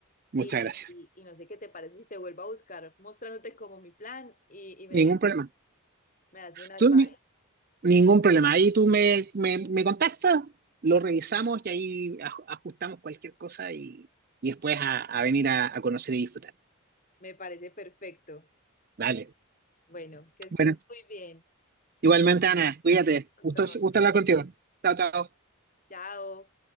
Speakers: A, on the right; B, on the left.
A: Muchas
B: Y,
A: gracias.
B: y- y no sé qué te parece si te vuelvo a buscar mostrándote como mi plan y, y me,
A: Ningún problema.
B: me das un advice.
A: Tú, ni- ningún problema. Ahí tú me, me, me contactas, lo revisamos y ahí aj- ajustamos cualquier cosa y, y después a, a venir a, a conocer y disfrutar.
B: Me parece perfecto.
A: Dale.
B: Bueno, que estés
A: Bueno,
B: muy bien.
A: igualmente, Ana, cuídate.
B: Gracias por
A: Gusto,
B: todo.
A: gusto hablar contigo. Chao, chao.
B: Chao.